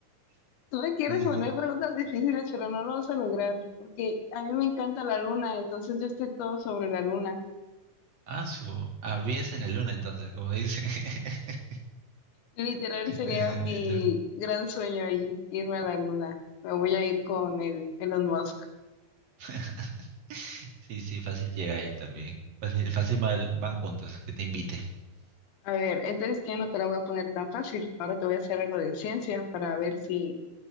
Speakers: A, on the left (about 70°); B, on the right (about 65°).
A: Tú me quieres
B: Mm,
A: poner preguntas difíciles, pero no lo vas a lograr, porque a mí me encanta la luna, entonces yo estoy todo sobre la luna.
B: Ah, su. Habías en la luna entonces, como dicen. <laughs>
A: Literal sería
B: Eh,
A: mi
B: literal.
A: gran sueño ahí, irme a la luna. Me voy a ir con el Elon Musk.
B: <laughs> Sí, sí, fácil llega él también. Fácil, fácil van van juntos, que te invite.
A: A ver, entonces ya no te la voy a poner tan fácil. Ahora te voy a hacer algo de ciencia para ver si,